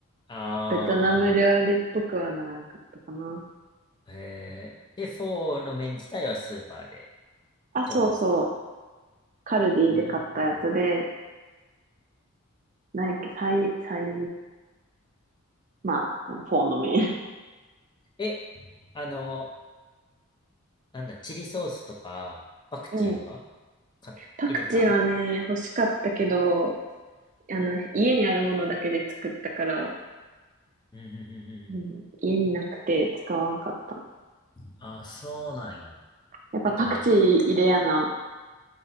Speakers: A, on the left; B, on the right.
A: ああ
B: ベトナム料理っぽくはならんかったかな。
A: ー、ええで、フォーの麺自体はスーパーで
B: あ、そうそう。
A: 調達する。
B: カルディで買ったやつで、
A: うん。
B: なんやっけ、サイ、サイ、まあ、あのフォーの麺。
A: え、あの、なんだ、チリソースとか、パクチーは
B: うん
A: 買入れた
B: パクチーはね、欲しかったけど、あの、家にあるものだけで作ったから、
A: うんうんう
B: うん、家になくて使わんかった。
A: んうん。あ、そうなんや。
B: やっぱパクチー入れやな。
A: えっとね、